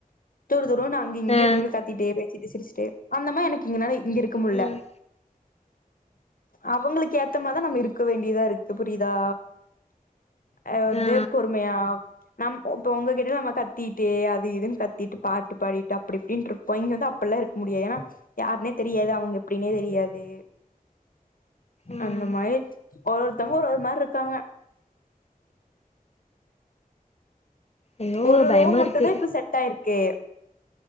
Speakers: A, on the left; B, on the left.
A: தூர தூரோ நா அங் இங்கயு
B: அ
A: இப்ப <inaudible> கத்திட்டே பேசிட்டு சிரிச்சிட்டே அந்த மா எனக்கு இங்கனால இங்க இருக்க முல்ல
B: ம்
A: அவங்களுக்கு ஏத்த மாரி தா நம்ம இருக்க வேண்டியதா இருக்கு புரிதா அ வந்து
B: ஆ
A: பொறுமையா நம் இப்ப உங்ககிட்ட நம்ம கத்திட்டே அது இதுன் கத்திட்டு பாட்டு பாடிட்டு அப்டி இப்டின்ருப் போ இங்க வந்து அப்பெல்லா இருக்க முடியாது ஏனா யாருனே தெரியாது அவங்க எப்டினே தெரியாது
B: ம்
A: அந்த மாரி ஒரு ஒருத்தங்க ஒரு ஒரு மாரி இருக்காங்க
B: ஐயோ
A: ஒரு
B: பயமா
A: ரோ மட்டுந்தா
B: இருக்கு
A: இப்ப செட் ஆயிருக்கே